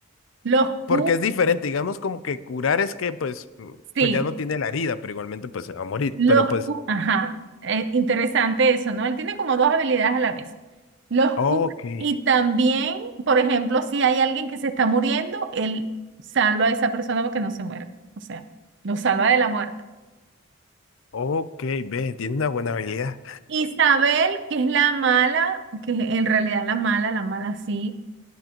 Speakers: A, on the right; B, on the left.
A: los
B: Porque
A: Q,
B: es diferente, digamos como que curar es que pues, mm,
A: sí.
B: pues ya no tiene la herida, pero igualmente pues se va a morir.
A: Los,
B: Pero pues,
A: cu- ajá, eh, interesante eso, ¿no? Él tiene como dos habilidades a la vez. Los
B: Ok,
A: cura y también, por ejemplo, si hay alguien que se está muriendo, él salva a esa persona porque no se muera. O sea, lo salva de la muerte.
B: ok, ve. tiene una buena habilidad.
A: Isabel, que es la mala, que en realidad la mala, la mala sí,